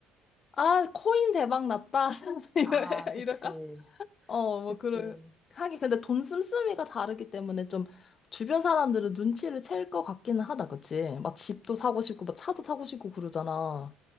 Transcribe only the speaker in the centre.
<laughs>
아, 그치.
그치.